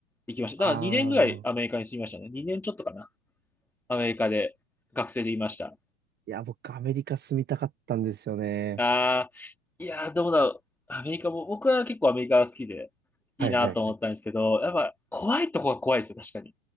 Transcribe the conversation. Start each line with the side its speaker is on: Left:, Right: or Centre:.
Centre: 行きました。
Right: ああ。
Centre: だから2年ぐらいアメリカに住みましたね。2年ちょっとかな。アメリカで学生でいました。
Right: いや、僕、アメリカ住みたかったんですよね。
Centre: ああ、いやー、どうだろう。アメリカも、僕は結構アメリカが好きでいいなと思ったんですけど、
Right: はいはいはい。
Centre: やっぱ怖いとこが怖いですよ、確かに。